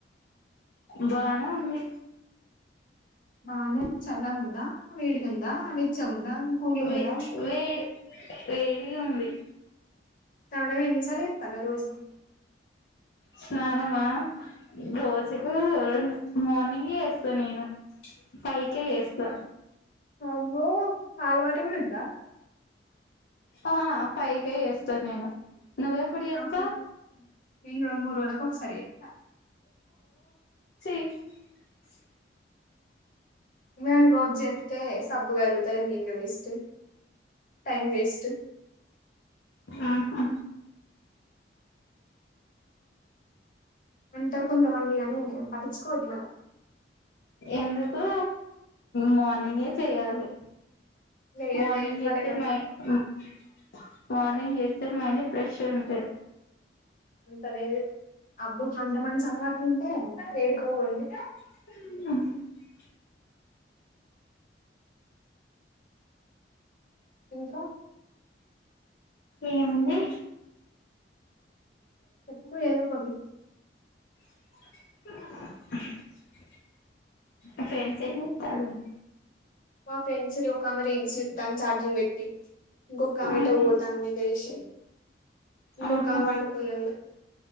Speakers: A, on the left; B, on the left.
A: బానే ఉంది
B: బానే అంటే, చల్లగ ఉందా? వేడిగా ఉందా? వెచ్చగ ఉందా? కూల్గా
A: వె
B: ఉందా
A: వే వేడిగుంది
B: <unintelligible> రోజుకు
A: స్నానమా? రోజుకు రెండు స్ మార్నింగ్ చేస్తా నేను. ఫైవ్ కే చేస్తా
B: అమ్మో ఆ అలవాటు కూడా ఉందా?
A: ఆ ఫైవ్ కే చేస్తా నేను. నువ్వు ఎప్పుడు చేస్తావ్?
B: ఆహా నేను రెండు మూడు రోజులకు ఒకసారి చేత్తా
A: <unintelligible>
B: మేం రోజు చేస్తే, సబ్బు కరుగుతది నీళ్ళు వేస్ట్. టైమ్ వేస్ట్
A: ఆహా
B: అంటారు కొంతమంది కానీ, పటించుకోవద్ది మనం.
A: ఎందుకు? మార్నింగే చెయాలి.
B: లేదు
A: మార్ర్నింగ్
B: లేదు మనకి
A: అయితే
B: అం
A: <unintelligible> మార్నింగ్ చేస్తే మైండ్ ఫ్రెష్ ఉంట.
B: అంత లేదు. <unintelligible> అంత మంచలవాటు ఉంటే ఏడికో పోయిండు
A: <unintelligible>
B: ఇంకా?
A: ఏం ఉంది?
B: చెప్పు ఎదో ఒకటి
A: <unintelligible> ఇంకా <unintelligible>
B: మా ఫ్రెండ్స్ రి ఒకకామె రీల్స్ యూతంది చార్జింగ్ పెట్టి ఇంకోకమే
A: ఆహా
B: ఏటో ఒతంది మీదెల్షి ఇంకొకమే
A: ఆహా
B: వండుకున్నది ఇగ